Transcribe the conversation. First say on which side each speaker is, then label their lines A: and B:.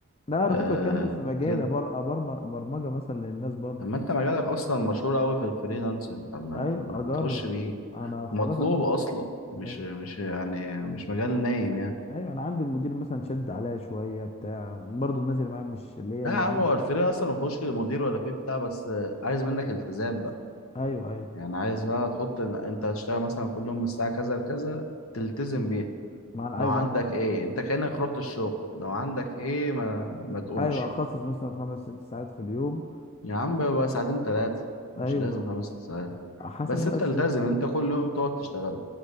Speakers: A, on the left (about 30°); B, on the left (about 70°).
A: لا
B: آه
A: انا ممكن اكمل في مجالي
B: كده
A: أبر... أبرم- برمجه مثلا للناس برضه
B: أما أنت مجالك أصلا مشهور أوي في الفريلانسر طب ما
A: ايوه
B: ت- ما
A: اجرب
B: تخش بيه
A: انا
B: ومطلوب
A: خلاص أ-
B: أصلا مش
A: ايوه
B: مش يعني مش مجال نايم يعني
A: ايوه انا عندي المدير مثلا شد عليا شويه بتاع برضه الناس اللي معايا مش اللي هي
B: لا
A: اللذيذه
B: يا عم هو الفريلانسر ما فيهوش مدير ولا فيه بتاع بس آه، عايز منك التزام بقى
A: ايوه ايوه
B: يعني عايز بقى تحط إن أنت هتشتغل مثلا كل يوم من الساعة كذا لكذا تلتزم بيها
A: ما انا
B: لو
A: عايز
B: عندك
A: اعمل كده
B: ايه انت كأنك رحت الشغل لو عندك ايه ما, ما تقومش
A: ايوه اخصص مثلا خمس ست ساعات في اليوم
B: يا عم بقى ساعتين ثلاثة
A: ايوه
B: مش لازم خمس ست ساعات
A: حسب
B: بس
A: بقى
B: انت
A: الشغل
B: التزم ان انت كل يوم تقعد تشتغل